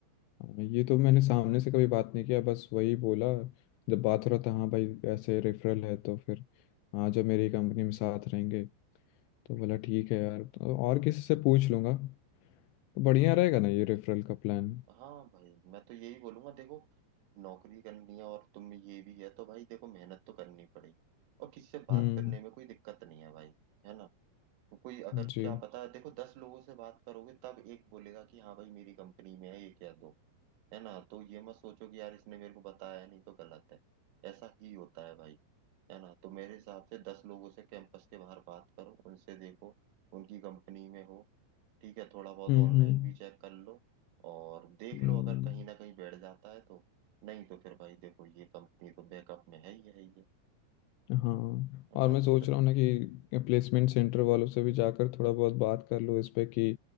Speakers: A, on the left (about 80°); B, on the right (about 85°).
A: हाँ, ये तो मैंने सामने से कभी बात नहीं किया बस वही बोला जब बात हो रहा था हाँ भाई ऐसे रेफरल है तो फिर हाँ जब मेरी कंपनी में साथ रहेंगे तो बोला ठीक है यार तो और किसी से पूछ लूँगा तो बढ़िया रहेगा ना ये रेफरल का प्लान
B: हाँ भाई मैं तो यही बोलूंगा देखो नौकरी करनी है और तुम में ये भी है तो भाई देखो मेहनत तो करनी पड़ेगी और किसी से बात
A: हम्म
B: करने में कोई दिक्कत नहीं है भाई है ना तो कोई अगर
A: जी
B: क्या पता है देखो दस लोगों से बात करोगे तब एक बोलेगा कि हाँ भाई मेरी कंपनी में है एक या दो है ना तो ये मत सोचो कि यार इसने मेरे को बताया है, नहीं तो गलत है ऐसा ही होता है भाई है ना तो मेरे हिसाब से दस लोगों से कैंपस के बाहर बात करो उनसे देखो उनकी कंपनी में हो ठीक है थोड़ा बहुत
A: हम्म
B: ऑनलाइन
A: हम्म
B: भी चेक कर लो और देख
A: हम्म।
B: लो अगर कहीं ना कहीं बैठ जाता है तो नहीं तो फिर भाई देखो ये कंपनी तो बैकअप में है ही है ये
A: हाँ
B: है
A: और
B: ना
A: मैं सोच
B: तो
A: रहा हूँ ना कि प्लेसमेंट सेंटर वालों से भी जाकर थोड़ा बहुत बात कर लूँ इस पे कि